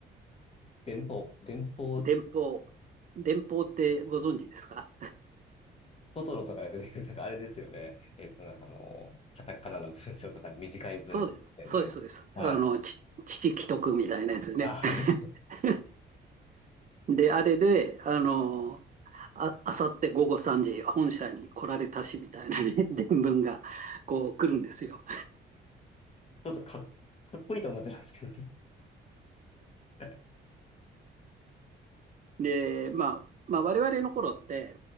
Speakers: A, on the left (about 30°); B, on the right (about 40°).
A: 電報、電報
B: ん。電報。電報ってご存知ですか
A: トトロとかで出てくる、<laughs> なんかあれですよね。えっと、なんかあの、カタカナの文章とかで短い文章で、
B: そうです。
A: ねはい。
B: そうです、そうです。あの、ち、父既得みたいなやつね。
A: あ、あれ、<laughs> ち
B: <laughs> で、あれで、あの、あ、あさって午後3時、本社に来られたしみたいなね <laughs> 伝聞がこう来るんですよ。
A: ょっとかっ、かっこいいと思っちゃうんですけどね。<laughs>
B: で、まあ、まあ、我々の頃って、